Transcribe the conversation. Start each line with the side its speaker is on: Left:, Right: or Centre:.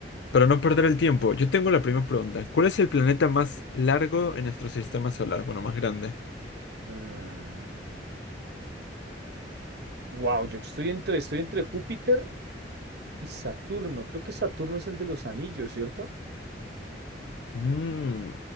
Left: para no perder el tiempo, yo tengo la primera pregunta. ¿Cuál es el planeta más largo en nuestro sistema solar? Bueno, más grande.
Right: Mm, Wow, yo estoy entre, estoy entre Júpiter y Saturno. Creo que Saturno es el de los anillos, ¿cierto?
Left: Mm,